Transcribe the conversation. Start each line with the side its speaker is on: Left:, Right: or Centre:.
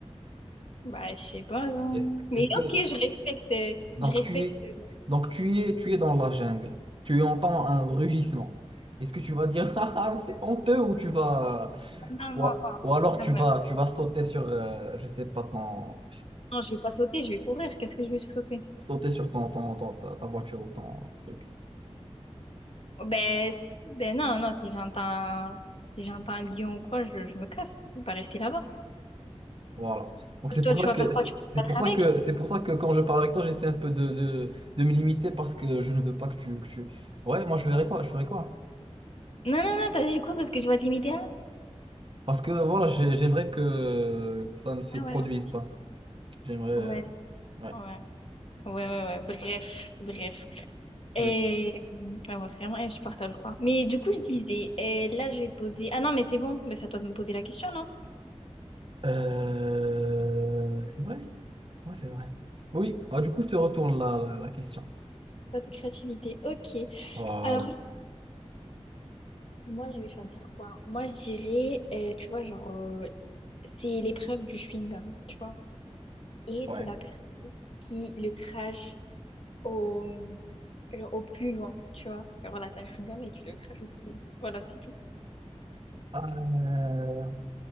Left: Bah, je sais pas, non.
Right: Est-ce, que-
Left: Mais
Right: est-ce que
Left: ok, je respecte, euh,
Right: donc
Left: je respecte.
Right: tu es
Left: euh,
Right: donc tu es tu es dans la jungle. Tu entends un rugissement. Est-ce que tu vas dire <laughs> ah, ah, c'est honteux ou tu vas
Left: Non,
Right: ou,
Left: non,
Right: a-
Left: non,
Right: ou alors
Left: quand
Right: tu
Left: même.
Right: vas tu vas sauter sur euh, je sais pas ton
Left: Non, je vais pas sauter, je vais courir. Qu'est-ce que je vais sauter?
Right: sauter sur ton, ton, ton- ta, ta voiture ou ton truc.
Left: Oh, Ben, si, ben non, non, si j'entends, si j'entends un lion ou quoi, je, je me casse. Je vais pas rester là-bas.
Right: Voilà. Donc c'est
Left: Toi,
Right: pour
Left: tu
Right: Ouais. ça
Left: vas
Right: que
Left: faire quoi?
Right: c'est
Left: Tu vas te
Right: c'est
Left: battre
Right: pour ça
Left: avec?
Right: que c'est pour ça que quand je parle avec toi, j'essaie un peu de, de, de me limiter parce que je ne veux pas que tu, que tu... Ouais, moi je verrai quoi, je verrai quoi.
Left: Non, non, non, t'as dit quoi? Parce que je vais te limiter à...
Right: Parce que voilà, j'ai- j'aimerais que ça ne se
Left: Ah
Right: produise
Left: ouais, ouais.
Right: pas. J'aimerais.
Left: Ouais,
Right: Ouais,
Left: ouais, ouais, ouais, ouais. Bref, bref. Et
Right: oui.
Left: ouais, ouais, vraiment insupportable, quoi. Mais du coup, je disais, et là, je vais te poser. Ah non, mais c'est bon, mais c'est à toi de me poser la question, non?
Right: Euh, C'est vrai? Ouais, c'est vrai. Oui. Ah, du coup, je te retourne la, la, la question.
Left: Pas de créativité. Ok.
Right: Voilà.
Left: Alors, moi, je vais choisir quoi? Moi, je dirais, euh, tu vois, genre, euh, c'est l'épreuve du chewing-gum, tu vois. et
Right: Ouais.
Left: c'est la personne qui le crache au, genre au puant, tu vois. Et Voilà, t'as le chewing-gum et tu le craches au puant. Voilà, c'est tout.
Right: Euh,